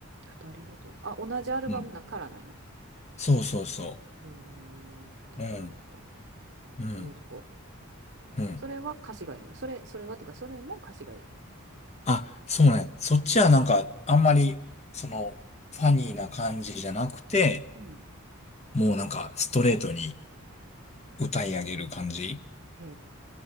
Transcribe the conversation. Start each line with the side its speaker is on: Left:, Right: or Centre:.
Right: 二人ごとあ、同じアルバムだからなんや。
Left: うん。そうそうそ
Right: へえ、二人ごと。
Left: う。うん、うん、
Right: 覚えとこう。
Left: うん。
Right: それは歌詞がいいの。それ、それはっていうか、それも歌詞がいい。
Left: あ、そうね。そっちはなんか、あんまり、その、ファニーな感じじゃなくて、
Right: うん。
Left: もうなんかストレートに歌い上げる感じ。
Right: へ